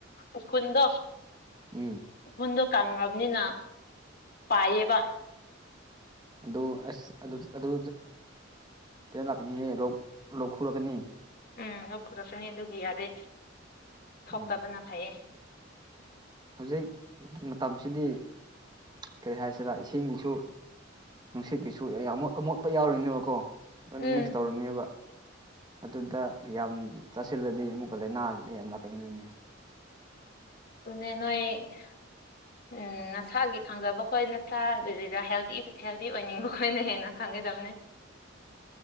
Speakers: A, on the left; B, on the right.
A: ꯎꯐꯨꯟꯗꯣ
B: ꯎꯝ
A: ꯎꯐꯨꯟꯗꯣ ꯀꯪꯉꯕꯅꯤꯅ ꯄꯥꯏꯌꯦꯕ
B: ꯑꯗꯨ ꯑꯁ ꯑꯗꯨ ꯀꯩꯅꯣ ꯂꯥꯛꯀꯅꯤꯍꯦ ꯂꯣꯛ ꯈꯨꯔꯛꯀꯅꯤ
A: ꯎꯝ ꯂꯣꯛ ꯈꯨꯔꯛꯀꯅꯤ ꯑꯗꯨꯒꯤ ꯌꯥꯗꯦ ꯊꯣꯛꯇꯕꯅ
B: ꯎꯝ
A: ꯐꯩꯌꯦ
B: ꯍꯧꯖꯤꯛ ꯃꯇꯝꯁꯤꯗꯤ ꯀꯔꯤ ꯍꯥꯏꯁꯤꯔ ꯏꯁꯤꯡꯒꯤꯁꯨ ꯅꯨꯡꯁꯤꯠꯀꯤꯁꯨ ꯑꯃꯣꯠ ꯑꯃꯣꯠꯄ ꯌꯥꯎꯔꯣꯏꯅꯦꯕꯀꯣ ꯂꯣꯏꯅ
A: ꯎꯝ
B: ꯃꯤꯛꯁ ꯇꯧꯔꯅꯦꯕ ꯑꯗꯨꯗ ꯌꯥꯝ ꯆꯥꯁꯤꯜꯂꯗꯤ ꯑꯃꯨꯛꯀꯥ ꯂꯥꯏꯅꯥꯁꯤꯗ ꯌꯥꯝ ꯂꯥꯛꯀꯟꯅꯤꯡꯕꯣꯏꯅꯦ
A: ꯗꯨꯅꯦ ꯅꯣꯏ ꯎꯝ ꯅꯁꯥꯒꯤ ꯐꯪꯖꯕ ꯈꯣꯏ ꯅꯠꯇ꯭ꯔꯥ ꯑꯗꯨꯗ ꯍꯦꯜꯗꯤ ꯍꯦꯜꯗꯤ ꯑꯣꯏꯅꯤꯡꯕ ꯈꯣꯏꯅ ꯍꯦꯟꯅ ꯈꯪꯒꯗꯕꯅꯦ